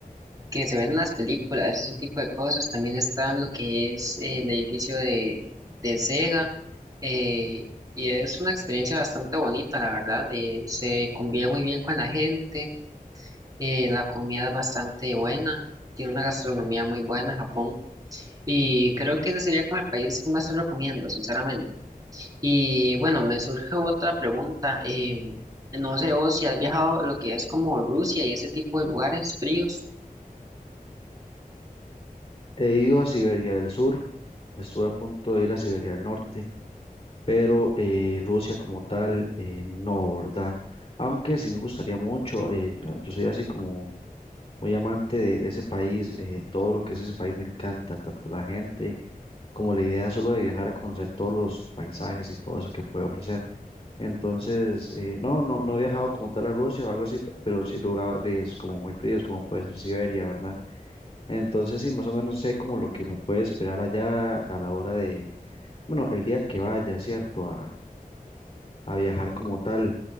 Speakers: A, on the right; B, on the left.
A: que se ven en las películas, ese tipo de cosas. También está lo que es eh, el edificio de, de Sega, eh, y es una experiencia bastante bonita, la verdad, eh, se convive muy bien con la gente. Eh, la comida es bastante buena, tiene una gastronomía muy buena, Japón, y creo que ese sería como el país que más te recomiendo, sinceramente. Y bueno, me surge otra pregunta. eh, no sé vos si has viajado a lo que es como Rusia y ese tipo de lugares fríos.
B: He ido a Siberia del Sur, estuve a punto de ir a Siberia del Norte, pero eh, Rusia como tal, eh, no, ¿verdad? Aunque sí me gustaría mucho, eh, yo, yo soy así como muy amante de, de ese país, eh, todo lo que es ese país me encanta, tanto la gente como la idea solo de viajar a conocer todos los paisajes y todo eso que puede ofrecer. Entonces, eh, no, no, no he viajado como tal a Rusia o algo así, pero sí lugares como muy fríos, como puede ser Siberia, ¿verdad? Entonces, sí, más o menos sé como lo que me puede esperar allá a la hora de, bueno, el día que vaya, ¿cierto? A, a viajar como tal.